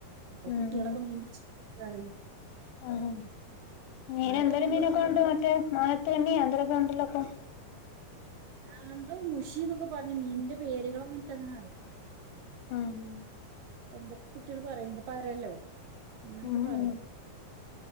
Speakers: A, on the right; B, on the left.
A: അപ്പൊ
B: ഉം
A: കുട്ട്യേളൊക്കെ മീൻ പിടിച്ച് ഇക്കാണ്
B: ആഹ് മീന്
A: മഴ
B: എന്തൊരു
A: പെയ്യുമ്പോൾ
B: മീനൊക്കെ
A: പിടി
B: ഉണ്ട്‌ മറ്റേ മാനത്ത് കണ്ണിയോ എല്ലാം ഇണ്ടല്ലോ ഇപ്പം
A: ആ എന്തോ മുഷി എന്നൊക്കെ പറഞ്ഞു മീനിന്റെ പേരുകളൊന്നും എനിക്കങ്ങനെ അറിയില്ല
B: ആഹ്
A: എന്തൊക്കെ കുട്ട്യേൾ പറയിണ്ട് പറ്യല്ലോ ഇങ്ങനൊക്കെ
B: ഉം
A: പറിം
B: ഉം